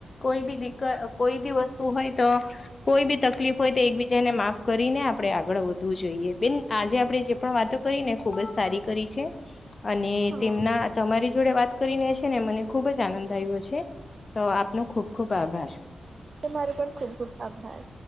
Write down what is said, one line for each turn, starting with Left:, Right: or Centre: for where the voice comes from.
Left: કોઈ બી દીક કોઈ બી વસ્તુ હોય ત. કોઈ બી તકલીફ હોય તો એકબીજાને માફ કરીને આપણે આગળ વધવું જોઈએ. બિન, આજે આપડે જે પણ વાતો કરીને ખુબ જ સારી કરી છે. અને
Right: હા
Left: તેમના, તમારી જોડે વાત કરીને છેને મને ખુબ જ આનંદ આયવો છે. તો આપનો ખુબ ખુબ આભાર.
Right: તમારો પણ ખુબ ખુબ આભાર.